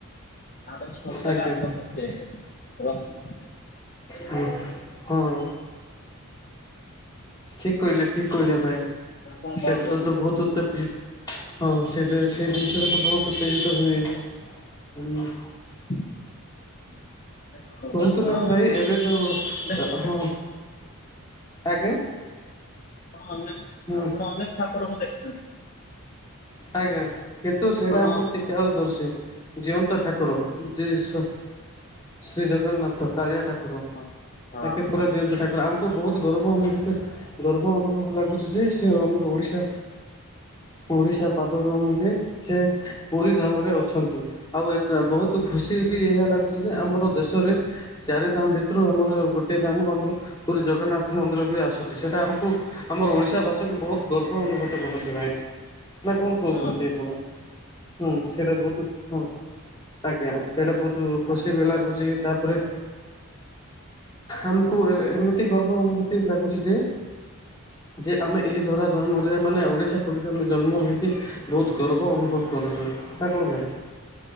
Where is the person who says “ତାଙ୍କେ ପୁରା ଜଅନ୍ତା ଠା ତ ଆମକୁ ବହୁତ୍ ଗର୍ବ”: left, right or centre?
Left